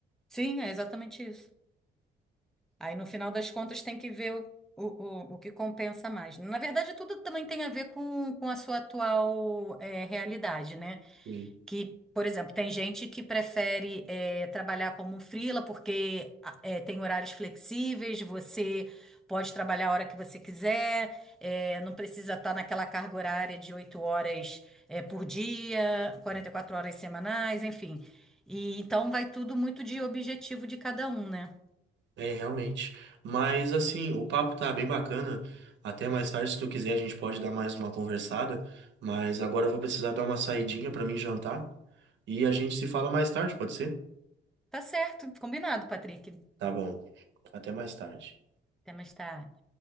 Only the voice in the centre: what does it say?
sim, é exatamente isso. Aí no final das contas tem que ver o, o, o, o que compensa mais. Na verdade, tudo também tem a ver com, com a sua atual eh, realidade, né?
Que, por exemplo, tem gente que prefere é, trabalhar como um freela porque a- é, tem horários flexíveis, você pode trabalhar a hora que você quiser, é, não precisa estar naquela carga horária de 8 horas é, por dia, 44 horas semanais, enfim. E então vai tudo muito de objetivo de cada um, né?
Tá certo, combinado, Patrick.
Até mais tarde.